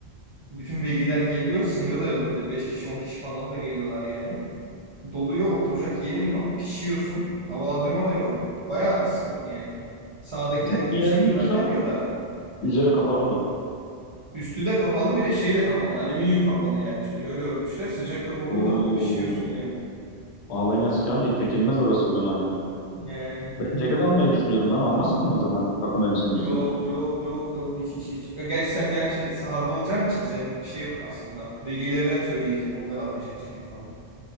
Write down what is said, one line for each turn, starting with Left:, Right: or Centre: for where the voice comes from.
Right: Bütün veliler geliyor. Sınırı da yok bir de. 5 kişi 10 kişi falan da geliyorlar yani. Doluyor. Oturacak yerin yok. Pişiyorsun. Havalandırma da yok. Baya sıkıntı yani. Sağdakiler
Left: Küçük
Right: yine
Left: bir yer
Right: bir şekilde
Left: mi yoksa
Right: hallediyor da.
Left: üzeri kapalı mı?
Right: Üstü de kapalı bir de şeyle kapalı. Alüminyum kapalı yani. Üstünü öyle örtmüşler. Sıcakta vurdun
Left: Oo.
Right: da o pişiyorsun yani.
Left: Alanya sıcağında hiç çekilmez orası o zaman ya.
Right: Yani
Left: Ben ceket almayı düşünüyordum lan. Almasam mı o zaman takım elbisenin
Right: yok
Left: üstüne?
Right: yok yok yok hiç hiç hiç. Ya gerçi sen gerçi sahada olacağın için senlik bir şey yok aslında. Velilere söyleyeceğim. Onlar almayacak ceket falan.